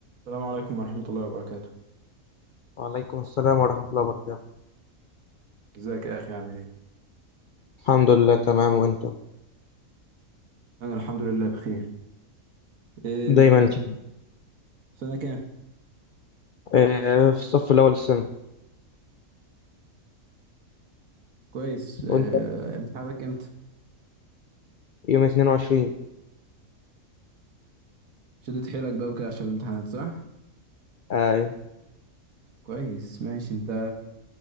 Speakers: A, on the right; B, on the left.
A: السلام عليكم ورحمة الله وبركاته
B: وعليكم السلام ورحمة الله وبركاته
A: ازيك يا أخي عامل ايه؟
B: الحمد لله تمام وانتو
A: أنا الحمد لله بخير إيه
B: دايما
A: أنت
B: إن شاء
A: سنة كام؟
B: الله. آه في الصف الأول السنة
A: كويس إيه
B: وانت
A: امتحاناتك امتى؟
B: يوم 22
A: شدت حيلك بقى وكده عشان الامتحانات صح؟
B: اي
A: كويس ماشي أنت